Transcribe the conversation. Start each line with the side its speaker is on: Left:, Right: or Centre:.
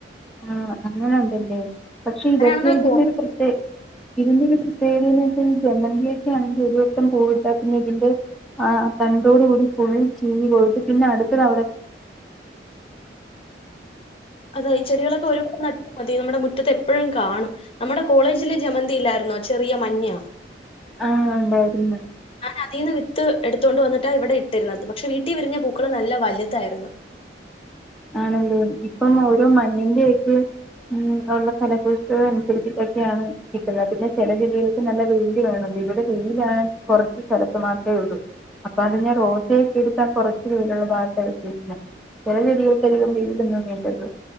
Centre: ആ അങ്ങനെണ്ടല്ലേ പക്ഷെ
Left: അങ്ങനെയാണെന്നാ
Centre: ഇതൊക്കെ
Left: തോന്നുന്നത്.
Centre: ഇതിന്റെരു പ്രത്യ ഇതിന്റെരു പ്രത് പ്രത്യേകതന്ന് വെച്ച ഈ ജമന്തി ഒക്കെ ആണെങ്കിൽ ഒരുവട്ടം പൂവിട്ട പിന്നെ ഇതിന്റെ ആ തണ്ടോടുകൂടി ചീഞ് പോയിട്ട് പിന്നെ അടുത്ത <unintelligible>
Left: അതാ ഈ ചെടികളൊക്കെ ഒരുവട്ടം നട്ടാ മതി നമ്മുടെ മുറ്റത്ത് എപ്പോഴും കാണും നമ്മുടെ കോളേജിലെ ജമന്തി ഇല്ലായിരുന്നോ ചെറിയ മഞ്ഞ
Centre: ആ ഉണ്ടായിരുന്ന്
Left: അതിന്ന് വിത്ത് എടുത്തുകൊണ്ട് വന്നിട്ടാണ് ഇവിടെ ഇട്ടിരുന്നത് പക്ഷെ വീട്ടിൽ വിരിഞ്ഞ പൂക്കള് നല്ല വലുതായിരുന്നു
Centre: ആണല്ലേ ഇപ്പം ഓരോ മണ്ണിന്റെയൊക്കെ ഉം ഉള്ള ഫലഭുഷ്ട്ടത അനുസരിച്ചിട്ടൊക്കെയാണ് കിട്ടുന്നത് പിന്നെ ചില ചെടികൾക്ക് നല്ല വെയില് വേണം ഇവിടെ വെയിലാണ് കുറച്ച് സ്ഥലത്ത് മാത്രമേ ഉള്ളൂ അപ്പൊ അത് ഞാ റോസയൊക്കെ എടുത്താ കൊറച്ച് വെയിലുള്ള ഭാഗത്ത് വെച്ചിരുന്ന് ചില ചെടി അധികം വെയിലൊന്നും വേണ്ടല്ലോ